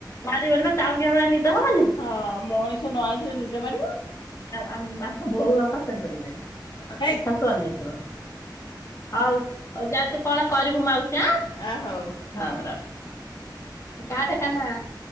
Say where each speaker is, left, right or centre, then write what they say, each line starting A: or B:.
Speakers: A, on the left (about 40°); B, on the left (about 80°).
A: ମା <unintelligible> ଚାଉ କେଭଳି ନିଦ <unintelligible>
B: ହଁ, ମଣିଷ ନ ଆଇଥିଲେ ନିଦ ମାାରିବ।
A: ଆ ମା <unintelligible> ଖ ବହୁ ପା ପରେ ପଡିବ
B: ହେଇକ
A: ନେଇଥିବ
B: <unintelligible>
A: ହଉ ହଉ ଯାହା ତୁ କଣ କରିବୁ ମାଉସୀ ଆଁ?
B: ଅ ହଉ।
A: ହଉ ର କାଦ କାନ <unintelligible>